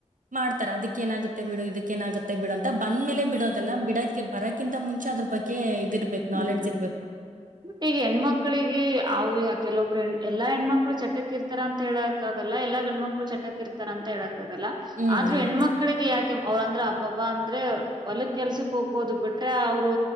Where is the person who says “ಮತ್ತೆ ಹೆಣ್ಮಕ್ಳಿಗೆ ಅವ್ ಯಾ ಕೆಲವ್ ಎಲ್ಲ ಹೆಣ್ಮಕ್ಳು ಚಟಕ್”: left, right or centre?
Right